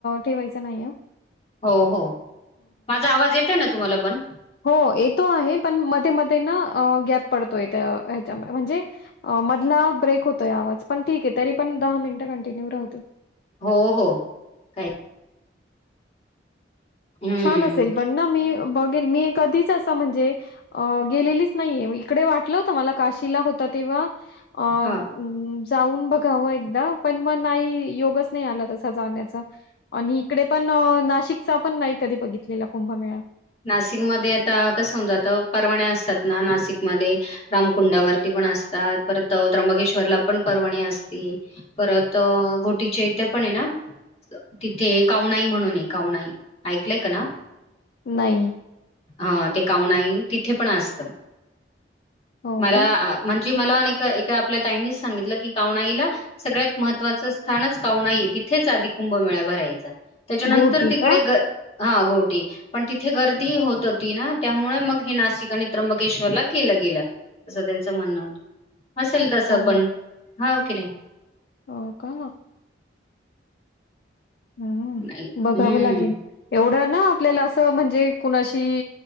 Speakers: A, on the left; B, on the left.
A: ठेवायच नाही हा.
B: हो हो. माझा आवाज येतोय ना तुम्हाला पण.
A: हो येतो आहे. पण मध्ये मध्ये ना गॅप पडतोय. त हेच्या म्हणजे मधला ब्रेक होतोय आवाज पण ठीक आहे. तरी पण दहा मिनिटं कंटिन्यू राहुदेत.
B: हो, हो काही हं.
A: छान असेल पण ना मी बघेल मी कधीच असं म्हणजे अ गेलेलीच नाहीये इकडे वाटलं होत मला काशीला होता तेव्हा अ
B: हां.
A: हम् जाऊन बघावं एकदा पण मन आई योगच नाही आला तसा जाण्याचा आणि इकडे पण नाशिकचा पण नाही कधी बघितलेला कुंभमेळा
B: नाशिकमध्ये आता कसं होण जात परवाण्या असतात ना नाशिकमध्ये रामकुंडावरती पण असतात परत त्र्यंबकेश्वरला पण परर्वाणी असती परत घोटीचे इथे पण आहे ना तिथे कावनाई म्हणून कावनाई ऐकलंय का ना
A: नाही
B: हा ते कावणाई तिथे पण असतं
A: हो
B: मला
A: का?
B: म्हणजे मला एका आपल्या ताईनीच सांगितलं की कावणाईला सगळ्यात महत्त्वाचं स्थानच कावणाई तिथेच आधी कुंभमेळा भरायचा त्याच्यानंतर
A: घोटी
B: तिकडे
A: का?
B: ग हा घोटी पण तिथे गर्दी होत होती ना त्यामुळे मग हे नाशिक आणि त्र्यंबकेश्वरला केलं गेलं असं त्यांचं म्हणणं असेल तसं
A: हो,
B: पण हाव कि नाही
A: हो का हम्म
B: नाही
A: बघावं
B: हम्म
A: लागेल एवढं ना आपल्याला असं म्हणजे कुणाशी